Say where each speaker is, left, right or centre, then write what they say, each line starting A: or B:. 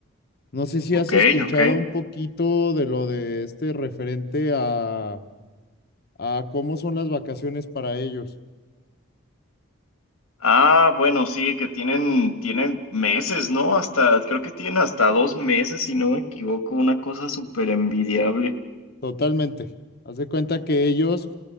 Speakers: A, on the left (about 45°); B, on the left (about 75°).
A: No sé si
B: Ok,
A: has escuchado
B: ok.
A: un poquito de lo de este referente a, a cómo son las vacaciones para ellos.
B: Ah, bueno, sí, que tienen, tienen meses, ¿no? Hasta, creo que tienen hasta dos meses, si no me equivoco, una cosa súper envidiable.
A: Totalmente. Haz de cuenta que ellos